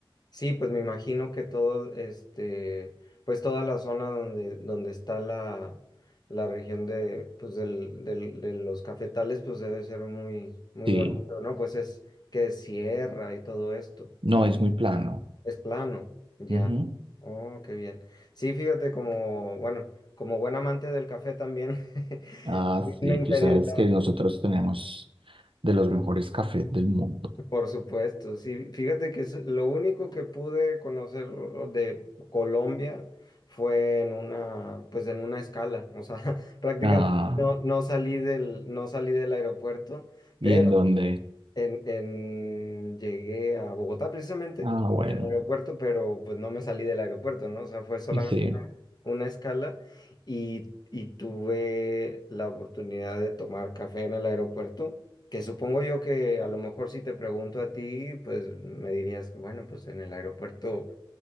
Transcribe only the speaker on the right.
Sí,
no, es muy plano.
Ujú.
Ah,
sí,
tú sabes que nosotros tenemos de los mejores cafés del mundo.
Ah,
Y en donde,
ah, bueno,
sí,